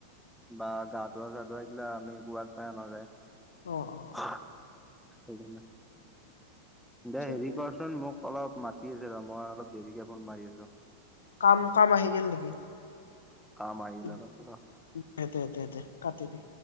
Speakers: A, in the centre; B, on the left (about 65°).
A: বা গা ধুৱা, চা ধুৱা এইগিলা আমি কুৱাৰ পাই আনাজাই।
B: অ অ
A: <unintelligible> সেইকাৰণে দে
B: ঠিকে
A: হেৰি কৰচোন মোক অলপ মাতি আছে ৰ' মই অলপ দেৰিকে ফোন মাৰি আছো।
B: কাম- কাম আহি গেল নেকি?
A: কাম আহিল
B: দে
A: অলপ
B: - দে - দে কাটি দি।